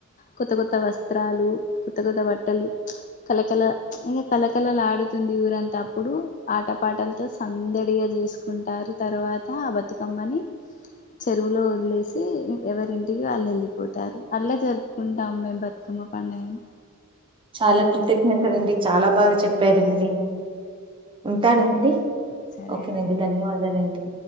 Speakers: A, on the left; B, on the right.
A: కొత్త కొత్త వస్త్రాలు కొత్త కొత్త బట్టలు కలకల ఇంకా కలకళలు ఆడుతుంది ఊరంతా అప్పుడు ఆట పాటలతో సందడిగా చేసుకుంటారు. తర్వాత ఆ బతుకమ్మని చెరువులో వదిలేసి ఎవరింటికి వాళ్ళు వెళ్ళిపోతారు అట్లా జరుపుకుంటాం మేము బతుక మ పండగను
B: చాలా కృతజ్ఞత రండి చాలా బాగా చెప్పారండి ఉంటానండి
A: సరే సరే
B: ఓకేనండి
A: అండి
B: ధన్యవాదాలండి.